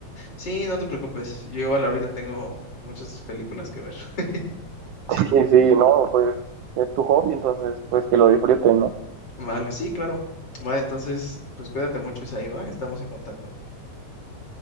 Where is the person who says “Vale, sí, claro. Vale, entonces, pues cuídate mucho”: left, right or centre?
Left